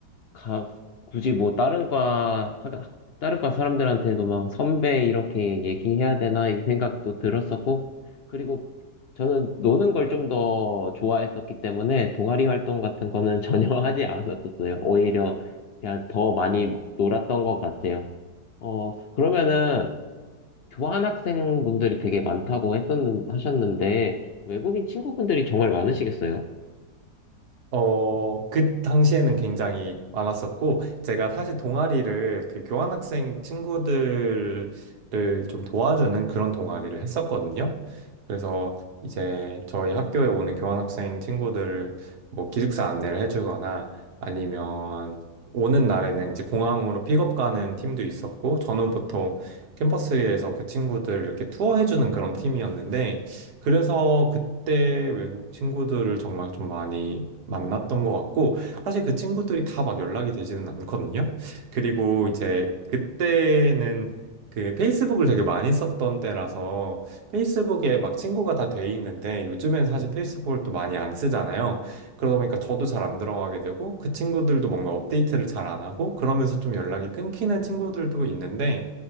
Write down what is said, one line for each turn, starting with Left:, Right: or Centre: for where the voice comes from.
Left: 가, 굳이 뭐 다른 과, 하가- 다른 과 사람들한테도 막 선배 이렇게 얘기해야 되나 이 생각도 들었었고, 그리고 저는 노는 걸 좀 더 좋아했었기 때문에 동아리 활동 같은 거는 <laughs> 전혀 하지 않았었어요. 오히려 그냥 더 많이 놀았던 것 같아요. 어, 그러면은 교환학생 분들이 되게 많다고 했었는, 하셨는데, 외국인 친구분들이 정말 많으시겠어요?
Right: 어, 그 당시에는 굉장히 많았었고, 제가 사실 동아리를 그 교환학생 친구들을 좀 도와주는 그런 동아리를 했었거든요. 그래서 이제 저희 학교에 오는 교환학생 친구들을 뭐 기숙사 안내를 해주거나 아니면 오는 날에는 이제 공항으로 픽업 가는 팀도 있었고, 저는 보통 캠퍼스에서 그 친구들 이렇게 투어해주는 그런 팀이었는데, 그래서 그때 외국 친구들을 정말 좀 많이 만났던 것 같고, 사실 그 친구들이 다 막 연락이 되지는 않거든요. 그리고 이제 그때는 그 페이스북을 되게 많이 썼던 때라서 페이스북에 막 친구가 다 돼 있는데 요즘엔 사실 페이스북을 또 많이 안 쓰잖아요. 그러다 보니까 저도 잘 안 들어가게 되고 그 친구들도 뭔가 업데이트를 잘 안 하고 그러면서 좀 연락이 끊기는 친구들도 있는데